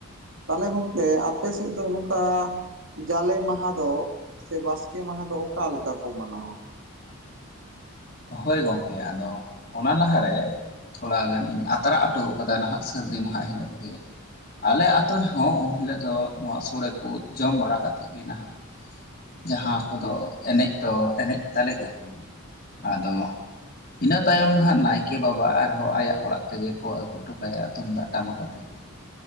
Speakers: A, on the right (about 60°); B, on the left (about 40°).
A: ᱛᱟᱦᱚᱞᱮ ᱞᱚᱲᱠᱮ ᱟᱯᱮ ᱥᱮᱫ ᱫᱚ ᱱᱚᱝᱠᱟ ᱡᱟᱞᱮ ᱢᱟᱦᱟ ᱫᱚ ᱥᱮ ᱵᱟᱥᱠᱮ ᱢᱟᱦᱟ ᱫᱚ ᱚᱠᱟ ᱞᱮᱠᱟ ᱠᱚ ᱢᱟᱱᱟᱣᱟ?
B: ᱦᱳᱭ ᱜᱚᱝᱠᱮ ᱟᱫᱚ ᱚᱱᱟ ᱞᱟᱦᱟᱨᱮ ᱛᱷᱚᱲᱟ ᱜᱟᱱᱤᱧ ᱟᱛᱨᱟ ᱚᱴᱚ ᱠᱟᱫᱟ ᱱᱟᱦᱟᱜ ᱥᱟᱹᱨᱫᱤ ᱢᱟᱦᱟ ᱦᱤᱞᱳᱜ ᱜᱮ᱾ ᱟᱞᱮ ᱟᱛᱳ ᱨᱮᱦᱚᱸ ᱩᱢ ᱦᱤᱞᱳᱜ ᱫᱚ ᱱᱚᱣᱟ ᱥᱳᱲᱮ ᱠᱚ ᱡᱚᱢ ᱵᱟᱲᱟ ᱠᱟᱛᱮᱫ ᱜᱮ ᱱᱟᱦᱟᱜ ᱡᱟᱦᱟᱸ ᱠᱚᱫᱚ ᱮᱱᱮᱡ ᱫᱚ ᱮᱱᱮᱡ ᱛᱟᱞᱮ ᱜᱮᱭᱟ ᱠᱚ᱾ ᱟᱫᱚ ᱤᱱᱟᱹ ᱛᱟᱭᱚᱢ ᱫᱚ ᱦᱟᱸᱜ ᱱᱟᱭᱠᱮ ᱵᱟᱵᱟ ᱟᱨᱦᱚᱸ ᱟᱭᱟᱜ ᱚᱲᱟᱜ ᱛᱮᱜᱮ ᱠᱚ ᱟᱹᱜᱩ ᱴᱩᱠᱟᱭᱟ ᱛᱩᱢᱫᱟᱜ ᱴᱟᱢᱟᱠ ᱟᱛᱮᱜ